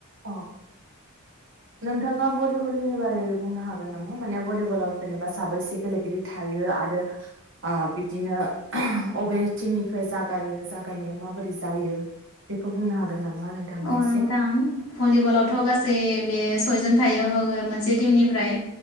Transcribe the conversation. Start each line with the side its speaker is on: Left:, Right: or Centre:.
Right: अ नोंथाङा भलिबलनि बारै बुंनो हागोन नामा माने भलिबलाव जेनेबा साबोसे गेलेगिरि थायो आरो ओ बिदिनो अबे टिमनिफ्राय जागायो जागायनाया माबादि जायो बेखौ बुंनो हागोन नामा नोंथाङा
Left: औ
Right: एसे?
Left: नोंथां भलिबलावथ' गासै बे सयजन थायो मोनसे टिमनिफ्राय